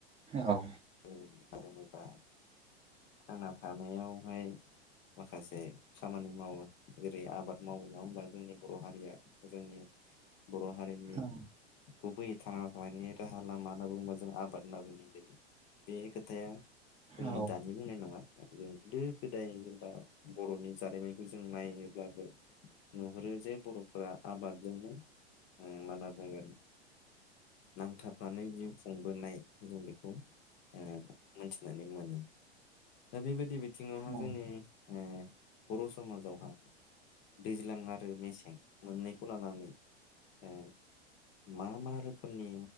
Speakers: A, on the right (about 20°); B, on the left (about 35°).
A: औ
B: ओं जेनबा थांना थानायावहाय माखासे खामानि मावो जेरै आबाद मावो नङा होमबा जोंनि बर' हारिया जोंनि बर' हारिनि
A: औ
B: गुबैयै थांना थानायनि राहा लामा होननानै बुंब्ला जों आबाद होनना बुंनाय जायो बे खोथाया जोंनि
A: औ
B: दानि बुंनाय नङा जों गोदो गोदाय जेनब्ला बर'नि जारिमिनखौ जों नायोब्लाबो नुहुरो जे बर'फोरा आबादजोंनो मा होनना बुंगोन नांथाबनानै जिउ खुंबोनाय जों बेखौ ओ मोनथिनानै मोनो। दा बेबायदि बिथिङावहा
A: औ
B: जोंनि ओ बर' समाजावहा दैज्लां आरो मेसें मोननैखौ लानानै ओ मा मा रोखोमनि